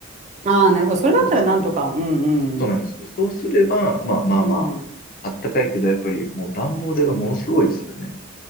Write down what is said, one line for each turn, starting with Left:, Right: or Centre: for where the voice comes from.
Right: ああ、なるほど。それだったらなんとか。
Left: をつ、
Right: うんうん。
Left: そうなんですよ。そうすれば、まあまあま
Right: うん。
Left: あ、あったかいけど、やっぱり、もう暖房代がものすごいですよね。